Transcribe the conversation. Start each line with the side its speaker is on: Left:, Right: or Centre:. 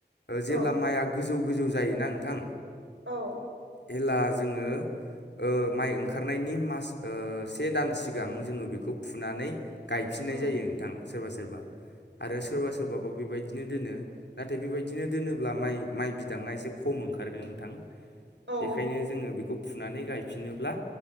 Left: जेब्ला
Right: औ
Left: माइआ गोजौ गोजौ जायोना नोंथां
Right: औ।
Left: हेला जोङो ओ माइ ओंखारनायनि मास से दान सिगां जोङो बेखौ फुनानै गायफिननाय
Right: उम
Left: जायो नोंथां सोरबा सोरबा आरो सोरबा सोरबाबो बेबायदिनो दोनो। नाथाय बेबायदिनो दोनोब्ला माइ माइ बिदाङा एसे खम ओंखारो नोंथां। बेखायनो
Right: अ औ
Left: जोङो बेखौ फुनानै गायफिनोब्ला